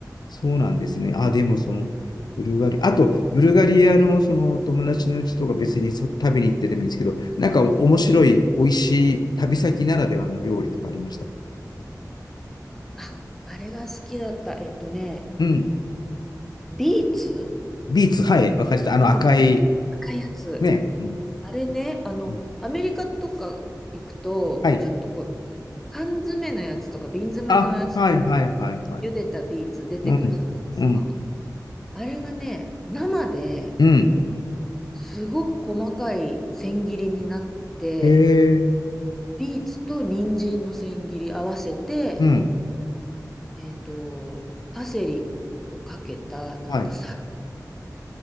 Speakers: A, on the left; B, in the centre.
A: そうなんですね。あ、でもその、ブルガリ、あと、ブルガリアのそのお友達のうちとか別にそ食べに行ってでもいいんですけど、なんか面白い、美味しい旅先ならではの料理とかありました
B: あ、あれが好きだった。えっとね、
A: うん。
B: ビーツ
A: ビーツ、はい、わかりました。あの赤い、
B: うん。赤いやつ。
A: ね。うん。
B: あれね、あの、
A: うん
B: アメリカとか行くと、
A: はい。
B: ちょっとこう、あの缶詰のやつとか瓶詰めのやつ、
A: あ、はい、はい、はい、はい。
B: 茹でたビーツ出てくるじゃないですか。
A: うん。うん。
B: あれがね、生で
A: うん。
B: すごく細かい千切りになって、
A: へえ。
B: ビーツと人参の千切り合わせて、
A: うん。
B: えっと、パセリをかけた、なんかさ、
A: はい。